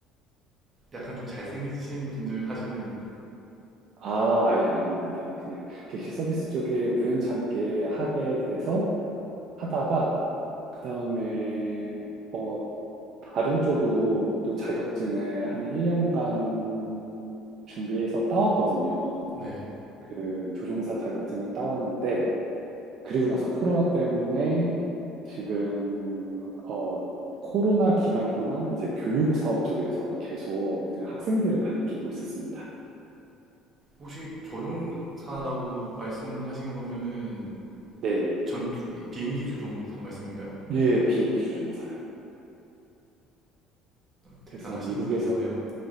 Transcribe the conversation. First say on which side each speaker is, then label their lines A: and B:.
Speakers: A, on the right; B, on the right.
A: 약간 좀 잘생기신 분들 하시는
B: 아, 아예 아닙니다. 그냥 객실 서비스 쪽에 우연찮게 하게 돼서 하다가 그다음에 어 다른 쪽으로 또 자격증을 한 1년간 준비해서 따왔거든요.
A: 네
B: 그 조종사 자격증을 따왔는데 그리고 나서 코로나 때문에 지금 어 코로나 기간 동안 이제 교육 사업 쪽에서 계속 이제 학생들을 가리키고 있었습니다.
A: 혹시 조종사라고 말씀하신 거면은
B: 네.
A: 전투 비행기 조종사 말씀인가요?
B: 예, 비행기 조종사요.
A: 대단하신
B: 그래서 미국에서
A: 분이셨네요.